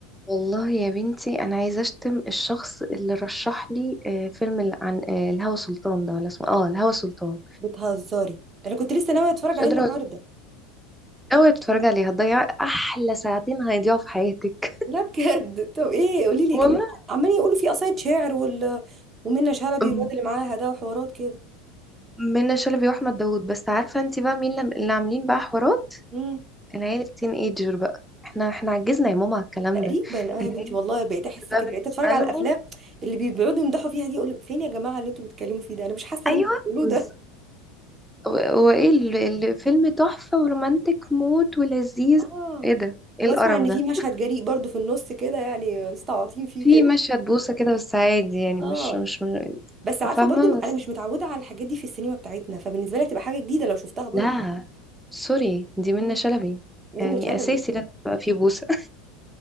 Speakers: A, in the centre; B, on the right.
A: والله يا بنتي انا عايزه اشتم الشخص اللي رشح لي آه، فيلم ال- عن آه، الهوى سلطان ده ولا اسمه اه الهوى سلطان
B: بتهزري انا كنت لسه ناويه اتفرج
A: مش
B: عليه
A: قادره
B: النهارده
A: اقول اوعي تتفرجي عليه هتضيع احلى ساعتين هيضيعوا في حياتك
B: لا بجد طب ايه قولي لي
A: <laughs> والله
B: كده عمالين يقولوا فيه قصايد شعر وال ومنة شلبي
A: أم،
B: والواد اللي معاها ده وحوارات كده
A: منى شلبي واحمد داوود بس عارفه انت بقى مين لم- اللي عاملين بقى حوارات
B: امم
A: العيله التين ايجر بقى احنا احنا عجزنا يا ماما على الكلام
B: تقريبا
A: ده
B: اه يا
A: العيله
B: بنتي والله بقيت
A: التين
B: احس
A: بقى
B: كده
A: بالنسبه
B: بقيت اتفرج على
A: لهم
B: الافلام اللي بيقعدوا يمدحوا فيها دي اقول فين يا جماعه اللي انتوا بتتكلموا فيه ده انا مش حاسه اللي
A: ايوه
B: انتوا بتقولوه
A: بز-
B: ده
A: و- وايه ال- الفيلم تحفه ورومانتك موت ولذيذ
B: اه
A: ايه ده
B: واسمع
A: ايه القرف
B: ان
A: ده
B: في مشهد جريء برضو في النص كده يعني مستعطين فيه
A: في
B: كده
A: مشهد بوسة كده بس عادي يعني
B: اه
A: مش مش م-
B: بس عارفه
A: فاهمة
B: برضو انا
A: بس
B: مش متعوده على الحاجات دي في السينما بتاعتنا فبالنسبه لي تبقى حاجه جديده لو شفتها برضو
A: لا سوري دي منة
B: مم.
A: شلبي
B: منة
A: يعني
B: شلبي
A: أساسي لازم يبقى في بوسة